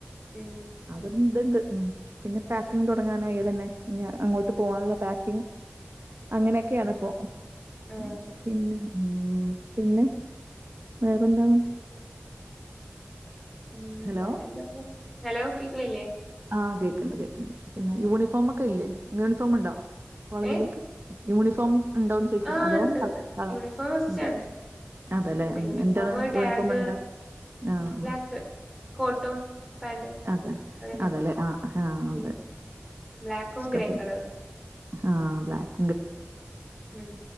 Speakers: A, in the centre; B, on the right (about 55°).
A: ഉം
B: അതുണ്ടുണ്ട് ഉം പിന്നെ
A: ഉം
B: പാക്കിങ് പോ അങ്ങനായി തന്നെ അങ്ങോട്ട് പോകാനുള്ള പാക്കിങ് അങ്ങനെയൊക്കെയാണിപ്പോ
A: ആഹ്
B: ഉം. പിന്നെ ഉം പിന്നെ വേറെന്താണ്
A: ഉം
B: ഹലോ?
A: വറെന്താപ്പോ ഹലോ കേൾക്കണില്ലേ
B: ആഹ് കേക്കണ്ട് കേക്കണ്ട് പിന്നെ യൂണിഫോമൊക്കെ ഇല്ലേ യൂണിഫോം ഉണ്ടോ കോളേജിലേക്ക്
A: ഏഹ്
B: യൂണിഫോം ഉണ്ടോന്ന് ചോദിക്കാ
A: ആഹ്
B: അതോ
A: ഇണ്ട്
B: കള
A: ഇണ്ട്
B: കള
A: യൂണിഫോം ഫസ്റ്റാണ്
B: ണ്ട് അതേലെ
A: ഇണ്ട്
B: ഉം
A: യൂണിഫോമ്
B: എന്താണ് യൂണിഫോം
A: ടാഗ്
B: എന്താ ആഹ്
A: ബ്ലാക്ക് കോട്ടും പാന്റും
B: അതെ
A: അതന്നെ
B: അതേല്ലേ ആഹ് ആഹ്
A: ഉം ബ്ലാക്കും ഗ്രേ
B: അതെ
A: കളറും
B: ആഹ് ബ്ലാക്ക്
A: ഉം